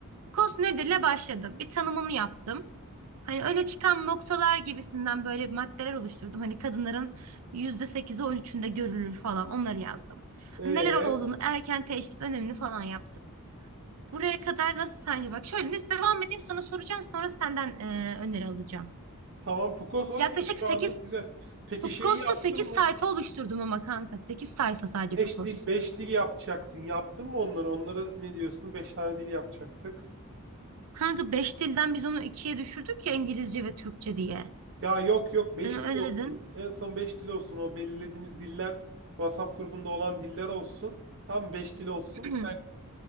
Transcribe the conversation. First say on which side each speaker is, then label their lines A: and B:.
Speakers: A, on the right (about 80°); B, on the right (about 60°).
A: PCOS nedirle başladım. Bir tanımını yaptım. Hani öne çıkan noktalar gibisinden böyle maddeler oluşturdum. Hani kadınların yüzde sekizi on üçünde görülür falan onları yazdım.
B: Ee,
A: Hani neler olduğunu, erken teşhis önemini falan yaptım. Buraya kadar nasıl sence? Bak şöyle nasıl devam edeyim sana soracağım sonra senden e, öneri alacağım.
B: tamam Pukos okey
A: Yaklaşık
B: şu
A: 8
B: anlık güzel. Peki
A: Pukos'ta
B: şeyi yaptın
A: 8
B: mı?
A: sayfa oluşturdum ama kanka 8 sayfa sadece
B: Beş
A: Pukos.
B: dil, beş dil yapacaktın. Yaptın mı onları? Onları ne diyorsun? Beş tane dil yapacaktık.
A: Kanka 5 dilden biz onu ikiye düşürdük ya İngilizce ve Türkçe diye.
B: Ya yok yok
A: Sen
B: 5
A: öyle
B: dil olsun.
A: dedin.
B: En son 5 dil olsun. O belirlediğimiz diller WhatsApp grubunda olan diller olsun. Tam 5 dil olsun.
A: <clears throat>
B: Sen